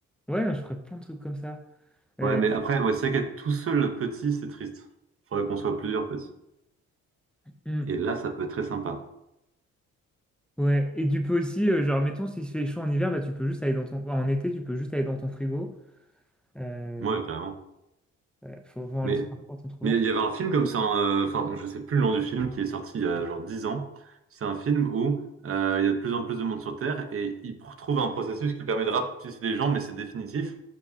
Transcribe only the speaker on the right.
Ouais, mais après, ouais, c'est vrai qu'être tout seul petit, c'est triste. Faudrait qu'on soit plusieurs petits.
Et là, ça peut être très sympa.
Ouais, carrément.
Mais
Mais il y avait un film comme ça, hein, euh, enfin, je sais plus le nom du film, qui est sorti il y a genre 10 ans. C'est un film où euh, il y a de plus en plus de monde sur Terre et ils pr- trouvent un processus qui permet de rapetisser les gens, mais c'est définitif.